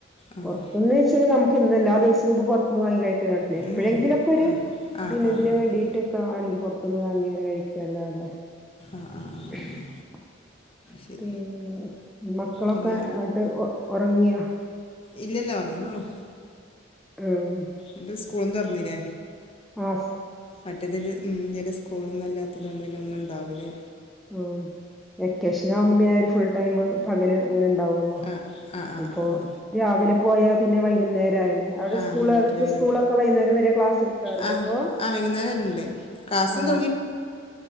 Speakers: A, on the left (about 30°); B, in the centre.
A: ആഹ്
B: പുറത്തുന്ന്ച്ചരി നമുക്ക് എല്ലാ ദിവസവും ഇ പുറത്ത്ന്ന് വാങ്ങ കഴിക്ക എപ്പോഴെങ്കിലുംൊക്കെ
A: ഉം
B: ഒരു
A: ആഹ് ആഹ്
B: പിന്നെ
A: ആഹ്
B: ഇതിന്
A: ആഹ്
B: വേണ്ടീട്ടൊക്കെ ആണെങ്കിറ പന്ന് വാങ്ങിയങ്ങനെ കഴിക്കല്ലാതെ
A: ആഹ്
B: <unintelligible>
A: ആഹ് ആഹ്
B: <unintelligible>
A: ശരി
B: മക്കളൊക്കെ
A: പിന്നെ
B: ആട്ട് ഒറങ്ങ്യ
A: ഇല്ലല്ല ർങ്ങമ്മോ <unintelligible>
B: ആഹ
A: എന്നിട്ട് സ്കൂളന്ന്റന്നല്ലേ
B: ആ
A: മറ്റതില് ഉ ഇല സ്കൂളൊന്നുംല്ലാത്ത പുന്നുണ്ടെങ്കില ഒന്നും ഉണ്ടാവൂില്ലേ
B: ഉ വെക്കേഷൻ ആകുമ്പോ പിന്ന ഫുൾടൈ പകല് അങ്ങനെ ണ്ട
A: ആ ആ ആ
B: ഇപ്പോ
A: ആ ആ
B: രാവില പോയാ പിന്നെ വൈകുന്നേ ല്ലേടെ
A: ആ
B: സ്കൂ
A: വൈകിട്ടല്ലേ
B: അവർക്ക്
A: വരൂ
B: സ്കൂളൊക്കെ വൈകുന്നേരം വരെ ക്ലാസ് എടുക്കാറുണ്ട്പ്പ
A: ആ ആ വൈകുന്നേരം വരലുണ്ട് ക്ലാസ്സൊന്നും
B: ആ